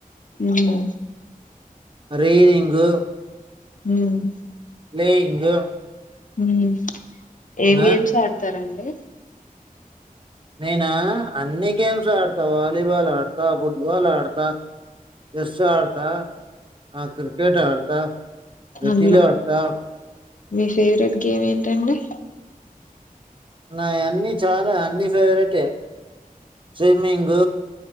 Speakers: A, on the left; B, on the right.
A: అవును
B: రీడింగ్
A: హుమ్
B: ప్లేయింగ్
A: హుమ్ ఏం
B: ఆ
A: గేమ్స్ ఆడతారండి ఏ
B: నేనా అన్ని గేమ్స్ ఆడతా. వాలీబాల్ ఆడతా. ఫుట్బాల్ ఆడతా. చెస్ ఆడతా. ఆ క్రికెట్ ఆడతా. షటిల్
A: అందులో
B: ఆడతా
A: మీ ఫేవరెట్ గేమ్ ఏంటండి
B: నా అన్ని చాలా అన్ని ఫేవరెట్ ఏ స్విమ్మింగ్